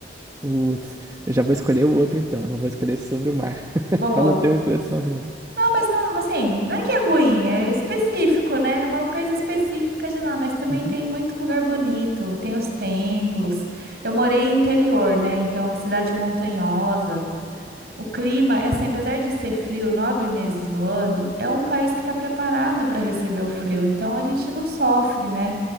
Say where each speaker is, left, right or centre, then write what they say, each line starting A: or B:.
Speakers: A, on the right; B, on the right.
A: Putz, eu já vou escolher o outro então, não vou escolher esse sobre o mar, <laughs>
B: Boa.
A: pra não ter uma impressão ruim.
B: Não, mas não, assim, não é que é ruim, é específico, né? É uma coisa específica de lá, mas também
A: Uhum,
B: tem muito lugar bonito, tem os templos. Eu morei em interior, né? Então, cidade montanhosa. O clima, é assim, apesar de ser frio nove meses no ano, é um país que está preparado para receber o frio. Então a gente não sofre, né?